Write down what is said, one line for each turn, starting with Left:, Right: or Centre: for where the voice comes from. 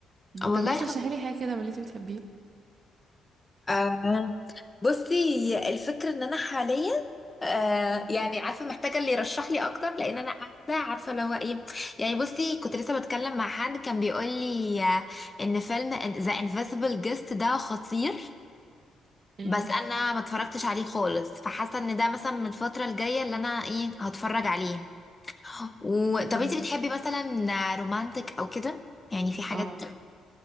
Right: مم.
Left: والله
Right: طب انت رشحي لي حاجة كده من اللي انت بتحبيه
Left: مم. بصي هي الفكرة ان انا حاليا آه
Right: مم.
Left: يعني عارفة محتاجة اللي يرشح لي اكتر لان انا قاعدة عارفة اللي هو ايه يعني بصي كنت لسه بتكلم مع حد كان بيقول لي آه، ان فيلم ذا انفيزبل جيست ده خطير
Right: مم.
Left: بس انا ما اتفرجتش عليه خالص فحاسة ان ده مثلا من الفترة الجاية اللي انا ايه هتفرج عليه و... طب
Right: مم.
Left: انتي بتحبي مثلا رومانتك او كده يعني في حاجات
Right: اه